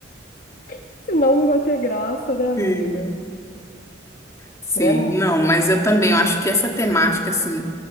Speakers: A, on the left; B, on the left.
A: <laughs> senão não vai ter graça, né, amiga?
B: Sim. Sim,
A: Né, não-
B: não, mas eu também, eu acho que essa temática, assim,